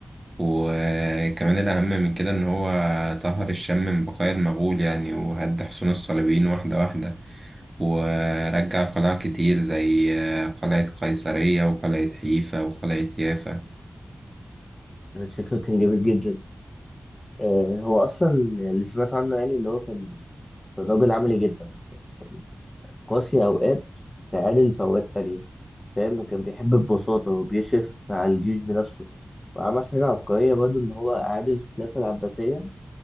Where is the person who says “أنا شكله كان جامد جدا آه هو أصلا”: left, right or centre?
Left